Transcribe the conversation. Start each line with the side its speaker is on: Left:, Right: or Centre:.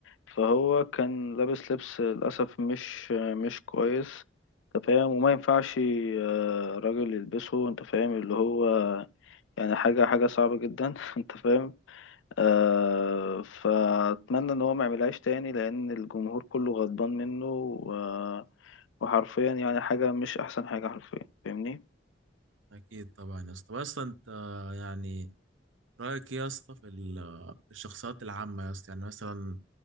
Left: فهو كان لابس لبس للأسف مش آه، مش كويس أنت فاهم وما ينفعش آه، راجل يلبسه أنت فاهم اللي هو يعني حاجة حاجة صعبة جدا <laughs> انت فاهم آه فأتمنى ان هو ما يعملهاش تاني لان الجمهور كله غضبان منه و- وحرفيا يعني حاجة مش احسن حاجة حرفيا فاهمني
Right: اكيد طبعا يا اسطى بس انت يعني رايك ايه يا اسطى في ال- في الشخصيات العامه يا اسطى يعني مثلا